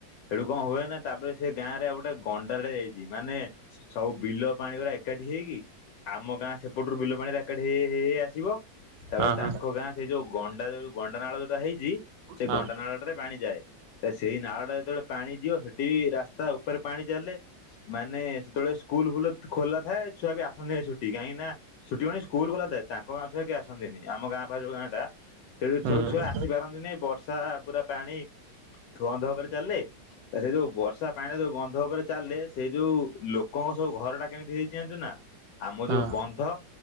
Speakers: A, on the left; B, on the right.
A: ସେଠୁ କଣ ହୁଏନା ତାପରେ ସେ ଗାଁ ରେ ଆଉ ଗୋଟେ ଗଣ୍ଡା ଟେ ଯାଇଚି ମାନେ ସବୁ ବିଲ ପାଣି ଗୁଡା ଏକାଠି ହେଇକି ଆମ ଗାଁ ସେପଟରୁ ବିଲ ପାଣିରା ଏକାଠି ହେଇ ହେଇ ହେଇ ହେଇ ଆସିବ ତାପରେ
B: ହଁ
A: ତାଙ୍କ ଗାଁ ସେଇ ଯୋଉ ଗଣ୍ଡା ଯୋଉ ଗଣ୍ଡା ନାଳ ଯୋଉଟା ହେଇଚି ସେଇ
B: ହଁ
A: ଗଣ୍ଡା ନାଳଟରେ ପାଣି ଯାଏ ତ ସେଇ ନାଳଟା ଯେତୋଳେ ପାଣି ଯିବ ହେଠି ବି ରାସ୍ତା ଓପରେ ପାଣି ଚାଲେ ମାନେ ସେତେବେଳେ ସ୍କୁଲୁ ଫୁଲ ଖୋଲା ଥାଏ ଛୁଆ ବି ଆସନ୍ତି ଛୁଟି କାହିଁକିନା ଛୁଟି କଣ କି ସ୍କୁଲ ଖୋଲାଥାଏ ତାଙ୍କ ଗାଁ ଛୁଆ କେହି ଆସନ୍ତିିନି ଆମ ଗାଁ ପାଖରେ ଯୋଉ ଗାଁଟା ସେଠୁ
B: ହଁ
A: ସବୁ ଛୁଆ
B: ହୁଁ
A: ଆସି ପାରନ୍ତିନେଇ ବର୍ଷା ପୁରା ପାଣି ଥୁ ବନ୍ଧ ଓପରେ ଚାଲିଲେ ତ ସେଇ ଯୋଉ ବର୍ଷା ପାଣିରେ ଯୋଉ ଗନ୍ଧ ଉପରେ ଚାଲିଲେ ସେଇ ଯୋଉ ଲୋକଙ୍କ ସବୁ ଘରଟା କେମିତି ହେଇଛିି ଜାଣିଚୁ ନା ଆମ
B: ହଁ
A: ଯୋଉ ବନ୍ଧ